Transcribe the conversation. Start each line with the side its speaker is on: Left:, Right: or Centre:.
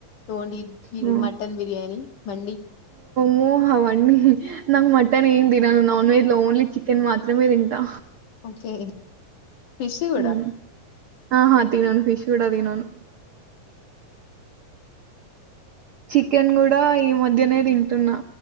Left: తోండి
Right: హ్మ్.
Left: మటన్ బిర్యానీ మండి
Right: హు అవన్నీ నా మటన్ ఏం తినను నాన్ వెజ్ ఓన్లీ చికెన్ మాత్రమే తింటా
Left: కే ఫిష్ గూడా
Right: హ్మ్. ఆహా తినను ఫిష్ గూడా తినను చికెన్ కూడా ఈ మధ్యనే తింటున్నా